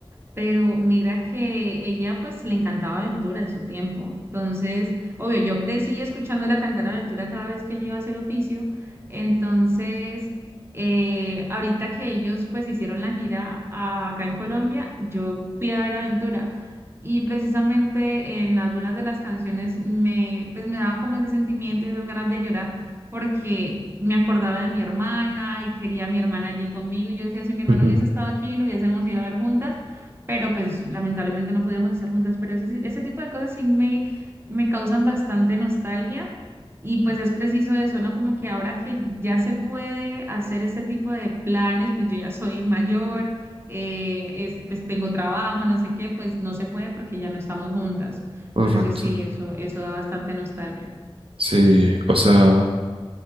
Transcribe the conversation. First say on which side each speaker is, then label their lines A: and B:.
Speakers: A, on the right; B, on the right.
A: pero mira que ella pues le encantaba Aventura en su tiempo. Entonces, obvio, yo crecí escuchándola cantar Aventura cada vez que ella iba a hacer oficio. Entonces, eh, ahorita que ellos pues hicieron la gira a- acá en Colombia, yo fui a ver Aventura. Y precisamente en algunas de las canciones me, pues me daba como ese sentimiento y esas ganas de llorar porque me acordaba de mi hermana y quería a mi hermana allí conmigo. Y yo decía, si mi hermano
B: <laughs>
A: hubiese estado aquí, lo hubiésemos ido a ver juntas pero pues lamentablemente no podíamos estar juntas, pero ese, sí, ese tipo de cosas sí me, me causan bastante nostalgia y pues es preciso eso, ¿no? Como que ahora que ya se puede hacer este tipo de planes, pues yo ya soy mayor, eh, es- pues tengo trabajo, no sé qué, pues no se puede porque ya no estamos juntas.
B: Correcto.
A: Entonces sí, eso, eso da bastante nostalgia.
B: Sí, o sea,